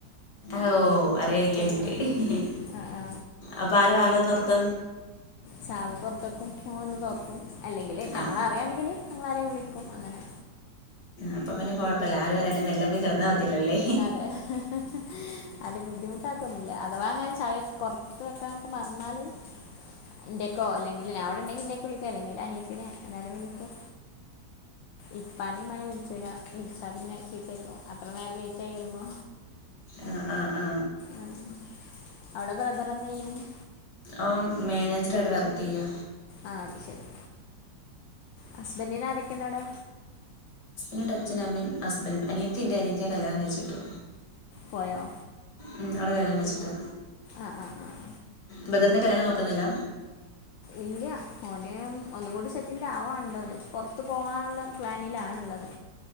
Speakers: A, on the left (about 70°); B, on the left (about 85°).
A: ഓ അറിയാരിക്കാ
B: ആ,
A: ഇനിക്ക്
B: ആ.
A: ഹി ഹി ഹി
B: ആ, ആ.
A: അപ്പൊ ആരാ വാതിലൊറന്ന് കൊടുക്ക.
B: ചാവി പൊർത്തെക്കും ഓൻവന്ന് തൊർക്കും അല്ലെങ്കില് ഞങ്ങളറിയാണെങ്കില്
A: ആ
B: ഞങ്ങളാരെം വിളിക്കും അങ്ങനെ
A: അപ്പ പിന്നെ കൊഴപ്പല്ല ആരുംഅറിയാണ്ട് മെല്ലെപോയി കെടന്നാമതിയല്ലോ അല്ലേ
B: ഹെ ഹെ ഹെ ഹെ ആരേം ബുദ്ധിമുട്ടാക്കൊന്നുംല്ല അതവാ അങ്ങനെ ചാവി പൊറ്ത്ത് വെക്കാനൊക്കെ മറന്നാല് ഇന്റേക്കോ അല്ലെങ്കില് ഞാൻ ഇവിടെണ്ടെങ്കി ഇന്റെയീക്ക് വിളിക്കും എല്ലെങ്കില് അനിയത്തിനെ എല്ലാരേം വിളിക്കും ഇപ്പാനിം ഇമ്മാനിം വിൾചൂലാ വിൾച്ചാപിന്നെ ചീത്തേക്കും അത്ര നേരംലേയ്റ്റായി വരുമ്പോ
A: ആ ആ ആ
B: ഉം അവ്ടെബ്രദറന്താ ചെയ്യുന്നേ
A: ഓൻ മാനേജറായിട്ട് വർക്കെയ്യാ
B: ആ അത് ശരി ഹസ്ബന്റിനാരൊക്കെണ്ടവടെ?
A: ന്റെ അച്ചനും അമ്മീം ഹസ്ബൻഡും അനിയിത്തിയുണ്ട് അനിയത്തിനെ കല്യാണം കഴിച്ചു വിട്ടു
B: പോയോ?
A: ഉം ആള് കല്യാണം കഴിച്ചിട്ട്
B: ആഹ് ആഹ് ആഹ്
A: ബ്രദർന് കല്യാണം നോക്ക്ന്നില്ല
B: ഇല്ല്യാ ഓന് ഒന്നുംകൂടി സെറ്റിൽടാവാണ്ട്ഓന് പൊറ്ത്ത് പോവാനുള്ള പ്ലാനിലണ്‌ള്ളത്